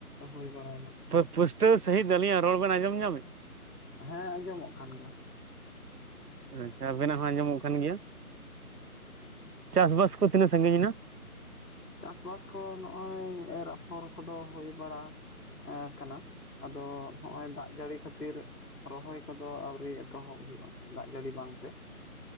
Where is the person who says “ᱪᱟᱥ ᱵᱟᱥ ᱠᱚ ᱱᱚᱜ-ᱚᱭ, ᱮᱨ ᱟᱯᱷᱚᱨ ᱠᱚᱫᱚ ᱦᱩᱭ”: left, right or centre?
Left